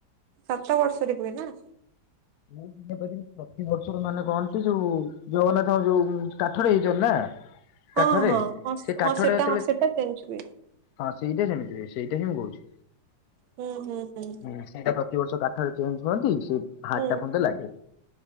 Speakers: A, on the right; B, on the left.
A: ସାତ ବର୍ଷରେ ହୁଏ ନା।
B: ମୁଁ <inaudible> ପ୍ରତିବର୍ଷ ମାନେ କହନ୍ତି ଯୋଉ ଜଗନ୍ନାଥଙ୍କ ଯୋଉ ଉଁ କାଠରେ ହେଇଛନ୍ତି ନା
A: ହଁ
B: କାଠରେ
A: ହଁ ହଁ
B: ସେ କାଠଟା
A: ହଁ ସେଟା
B: ଯେତେବେଳେ
A: ହଁ ସେଟା ଚେଞ୍ଜ ହୁଏ
B: ହଁ ସେଇଟା ସେମିତି ହୁଏ ସେଇଟା ହିଁ ମୁଁ କହୁଛି।
A: ହୁଁ-ହୁଁ-ହୁଁ।
B: ହୁଁ ସେଇଟା ପ୍ରତିବର୍ଷ କାଠରେ ଚେଞ୍ଜ୍ ହୁଅନ୍ତି ସେ ହାର୍ଟଟା
A: ହୁଁ
B: ପୁଣି ତ ଲାଗେ।